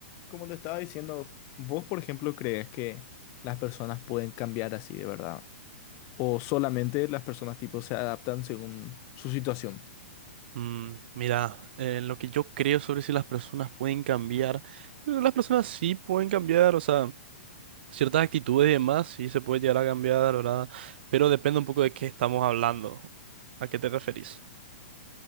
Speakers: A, on the left (about 35°); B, on the right (about 55°).
A: Como te estaba diciendo, ¿vos, por ejemplo, crees que las personas pueden cambiar así de verdad? ¿O solamente las personas tipo se adaptan según su situación?
B: Mm, mira, eh, lo que yo creo sobre si las personas pueden cambiar, yo creo que las personas sí pueden cambiar, o sea, ciertas actitudes y demás sí se puede llegar a cambiar, ¿verdad? Pero depende un poco de qué estamos hablando, a qué te referís.